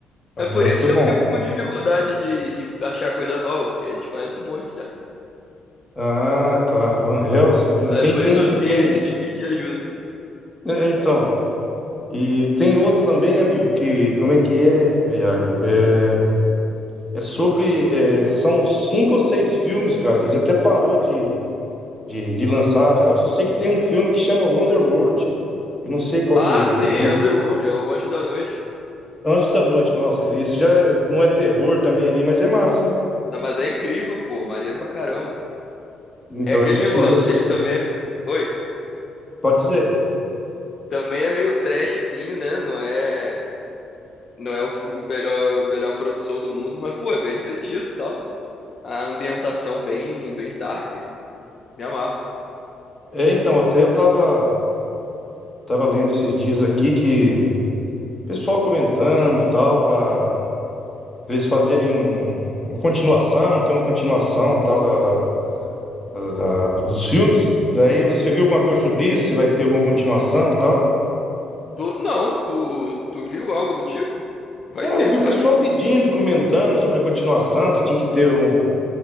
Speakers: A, on the left; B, on the left.
A: Van
B: É por
A: Helsing
B: isso que
A: é bom.
B: eu fico com dificuldade de, de achar coisa nova, porque a gente conhece um monte já.
A: Ah, tá. Van Helsing. Tem,
B: É por
A: tem
B: isso eu
A: também.
B: vim aí <laughs> te pedir ajuda.
A: É, então. E tem outro também, amigo, que... Como é que é, Iago? É, é sobre... é, são cinco ou seis filmes, cara, que já até parou de... de, de lançar já. Eu só sei que tem um filme que chama Wonderworld. Eu não sei qual
B: Ah,
A: que.
B: sim,
A: Como
B: Underworld,
A: é que...
B: é o Anjo da Noite.
A: Anjos da Noite, nossa, esse já é- não é terror também ali, mas é massa, hein?
B: Não, mas é incrível, pô, maneiro pra caramba.
A: Então
B: É aquele
A: eu se,
B: negócio,
A: eu se-
B: ele também é... Oi,
A: pode dizer.
B: também é meio trashzinho, né? Não é, não é o, o melhor, melhor produção do mundo, mas, pô, é bem divertido e tal. A ambientação bem, bem dark. Me amarro.
A: É, então, até eu tava, tava lendo esses dias aqui que pessoal comentando tal, para eles fazerem um- uma continuação, tem uma continuação tal da, da- da- da- do- dos filmes. Daí você viu alguma coisa sobre isso? Se vai ter alguma continuação tal?
B: Tu, não, tu, tu viu algo do tipo? Vai
A: É,
B: ter,
A: eu vi
B: tu
A: o pessoal
B: acha?
A: pedindo, comentando sobre a continuação, que tinha que ter um,